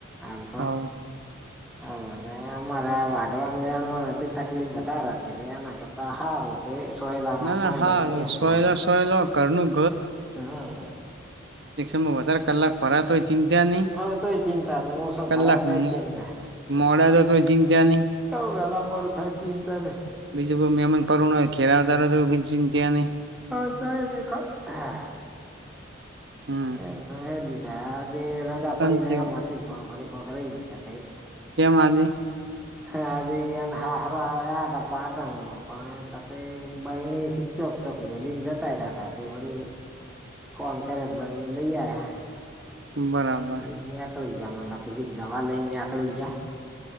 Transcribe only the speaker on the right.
હાવ
ના
ના હારુ
સોયલો
સોયલો ઘરનું
એક સમય વધારે કલાક ફરાતોય ચિંતા નહી
કલાક
મો
મોડા જતોય ચિંતા નહીં?
બીજું કોઈ મહેમન પરુણ હોય ઘેર‌આવતા રય તોબી ચિંતા નય.
હમ
શાંતિ
કેમ આજે?
બરાબર